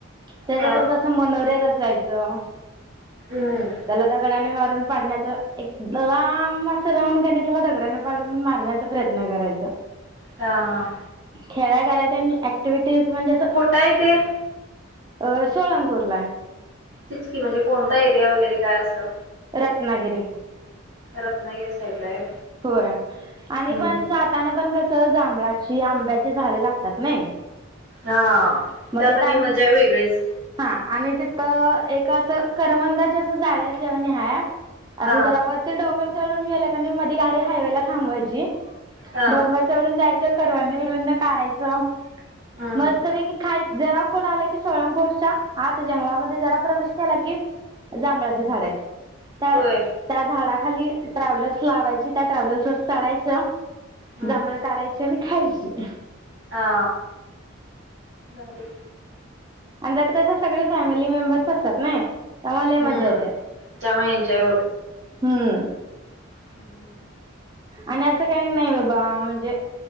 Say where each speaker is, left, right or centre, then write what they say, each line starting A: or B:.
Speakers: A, on the right (about 20°); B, on the right (about 65°).
A: त्याच्याक
B: ह
A: असं मनोर्या जायचं,
B: हम्म
A: त्याला दगडने मार पाडण्याच एक लांब असं राहूननी त्याला दगड्याने पाडून मारण्याचा प्रयत्न करायच
B: हा हा,
A: खेळाय कराय आणि ऍक्टिव्हीटी तेच म्हणजे असं
B: कुठं आहे ते
A: अ सोळंगूरला
B: तिचकी म्हणजे कोणता एरिया वगैरे काय असं?
A: रत्नागिरी,
B: रत्नागिरी साईड ला आहे
A: होय आणि
B: हम्म
A: पण
B: हम्म
A: जाताना पण कस सहजांभळाची, आंब्याची झाडे लागतात नाही.
B: हा
A: मध्ये
B: त्यात आणि
A: त्यां
B: मजा वेगळीच
A: हा आणि तिथं एक असं करवंदाच्या असं जाळी असल्यावाणी हाय
B: हा
A: असं जरा वतील डोंगर चढून गेलं कनी मध्ये गाडी हायवेला थांबवायची.
B: हा
A: डोंगर चढून जायचं. करवंद बिरवंद काढायचं
B: हम्म
A: मस्तपैकी खाईत जरा पुढ आलं की सोळंखोरच्या आत जंगलामध्ये जरा प्रवेश केला की जांभळाची झाड आहेत. त्या
B: होय
A: त्या झाडा खाली ट्रॅव्हल्स लावायची त्या ट्रॅव्हलस वर चढायच.
B: हम्म
A: जांभळे काढायची. खायची.
B: हा भारी
A: आणि त्यात कस सगळे फॅमिली मेंबर्स असतात नाही. त्यामुळे लय
B: हम्म
A: मजा येत्या
B: त्यामुळे एन्जॉय
A: हम्म
B: हम्म
A: आणि असं काही नाही बाबा म्हणजे